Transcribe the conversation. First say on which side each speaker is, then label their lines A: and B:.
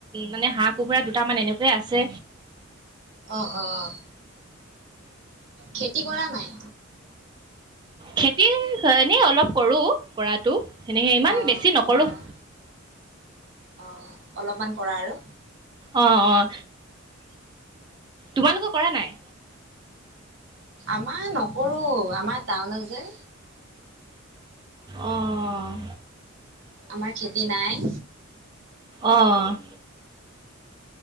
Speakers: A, on the right; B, on the right.
A: মানে হাঁহ কুকুৰা দুটামান এনে এনেকে আছে
B: অ', অ', খেতি কৰা নাই
A: খেতি এনেই অলপ কৰো কৰাতটো সেনেকে ইমান
B: অ',
A: বেছি নকৰো
B: অ', অ', অলপমান কৰা আৰু
A: অ', অ', তোমালোকৰ কৰা নাই
B: আমাৰ নকৰো আমাৰ টাউনত যে
A: অ',
B: আমাৰ খেতি নাই
A: অ',